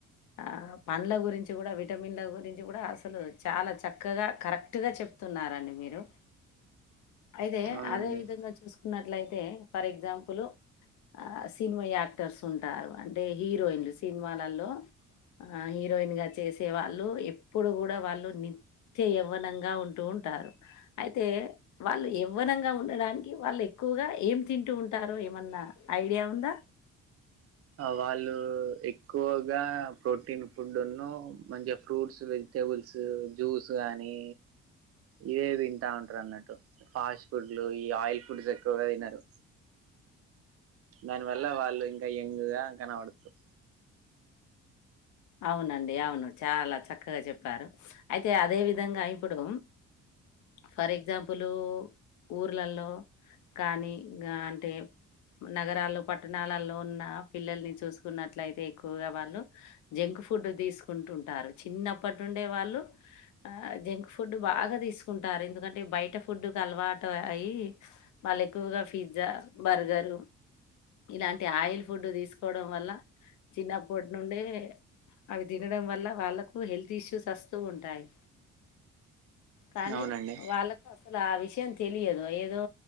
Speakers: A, on the left; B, on the right.
A: ఆ పండ్ల గురించి గుడ, విటమిన్ల గురించి గుడ అసలు చాలా చక్కగా కరెక్టుగా చెప్తున్నారండి మీరు. అయితే
B: అవునండి
A: అదే విధంగా చూసుకున్నట్లయితే ఫర్ ఎగ్జాంపులు ఆ సినిమా యాక్టర్స్ ఉంటారు, అంటే హీరోయిన్లు సినిమాలల్లో ఆ హీరోయిన్ గా చేసే వాళ్ళు ఎప్పుడు గుడ వాళ్ళు ని త్య యవ్వనంగా ఉంటూ ఉంటారు, అయితే వాళ్ళు యవ్వనంగా ఉండడానికి, వాళ్ళు ఎక్కువగా ఏం తింటూ ఉంటారో ఏమన్నా ఐడియా ఉందా?
B: వాళ్ళు ఎక్కువగా ప్రోటీన్ ఫుడ్ ఉన్ను, మంచిగా ఫ్రూట్స్ వెజ్ టేబుల్స్ జ్యూస్ గానీ ఇవే తింటా ఉంటరు అన్నట్టు. ఫాస్ట్ ఫుడ్లు, ఈ ఆయిల్ ఫుడ్స్ ఎక్కువగా తినరు. దాని వల్ల వాళ్ళు ఇంకా యంగ్ గా కనబడతరు.
A: అవునండి అవును, చాలా చక్కగా చెప్పారు. అయితే అదే విధంగా ఇప్పుడు ఫర్ ఎగ్జాంపుల్ ఊర్ళల్లో కానీ ఆ అంటే నగరాలు పట్టణాలల్లో ఉన్న పిల్లల్ని చూసుకున్నట్లయితే ఎక్కువగా వాళ్ళు జంక్ ఫుడ్ తీసుకుంటుంటారు, చిన్నప్పటి నుండే వాళ్ళు ఆ జంక్ ఫుడ్ బాగా తీసుకుంటారు, ఎందుకంటే బయట ఫుడ్కు అలవాటు అయి వాళ్లు ఎక్కువగా పిజ్జా, బర్గరు ఇలాంటి ఆయిల్ ఫుడ్ తీసుకోవడం వల్ల, చిన్నప్పటి నుండే అవి తినడం వల్ల వాళ్ళకు హెల్త్ ఇష్యూస్ అస్తూ ఉంటాయి. కానీ
B: అవునండి
A: వాళ్ళక్ అసలు ఆ విషయం తెలియదు, ఏదో